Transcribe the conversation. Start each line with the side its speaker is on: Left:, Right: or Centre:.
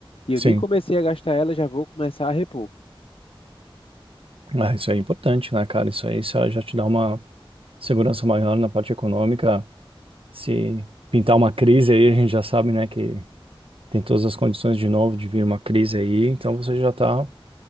Left: E eu
Right: Sim.
Left: nem comecei a gastar ela, já vou começar a repor.
Right: Ah, isso é importante, né, cara? Isso aí só já te dá uma segurança maior na parte econômica. Se pintar uma crise aí, a gente já sabe, né, que tem todas as condições de novo de vir uma crise aí, então você já tá